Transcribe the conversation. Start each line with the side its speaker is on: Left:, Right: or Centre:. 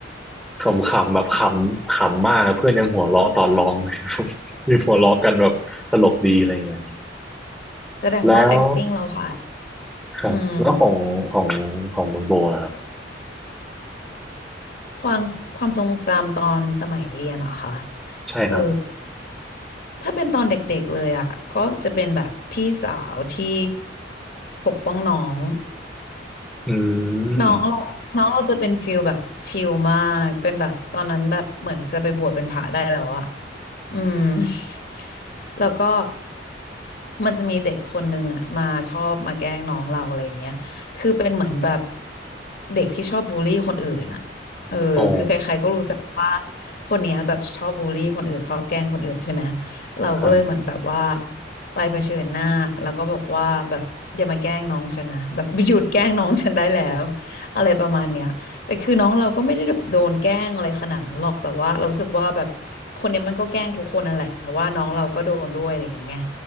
Centre: ขำๆแบบขำขำมากเพื่อนยังหัวเราะตอนร้อง <laughs> มีหัวเราะกันแบบตลกดีอะไรเงี้ยครับ
Left: แสดงว่า
Centre: แล้ว
Left: acting เราผ่าน
Centre: ครับแล้วของของของคุณโบล่ะครับ
Left: อืมความความทรงจำตอนสมัยเรียนเหรอคะ
Centre: ใช่ครับ
Left: เออถ้าเป็นตอนเด็กๆเลยอ่ะก็จะเป็นแบบพี่สาวที่ปกป้องน้อง
Centre: อื
Left: น้องเราน้องเราจะเป็นฟิลแบบชิลมาก
Centre: ม
Left: เป็นแบบตอนนั้นแบบเหมือนจะไปบวชเป็นพระได้แล้วอะ อืม <laughs> แล้วก็มันจะมีเด็กคนนึงอ่ะมาชอบมาแกล้งน้องเราอะไรอย่างเงี้ยคือเป็นเหมือนแบบเด็กที่ชอบบูลลี่คนอื่นอ่ะเออคือใครๆก็รู้จักว่า
Centre: อ๋อ
Left: คนเนี้ยแบบชอบบูลลี่คนอื่นชอบแกล้งคนอื่นใช่ไหมเราก็เลยเหมือนแบบว่า
Centre: ครับ
Left: ไปเผชิญหน้าแล้วก็บอกว่าแบบอย่ามาแกล้งน้องฉันนะแบบหยุดแกล้งน้องฉันได้แล้วอะไรประมาณเนี้ย แต่คือน้องเราก็ไม่ได้แบบโดนแกล้งอะไรขนาดนั้นหรอกแต่ว่าเรารู้สึกว่าแบบคนเนี้ยมันก็แกล้งทุกคนนั่นแหละแต่ว่าน้องเราก็โดนด้วยอะไรอย่างเงี้ย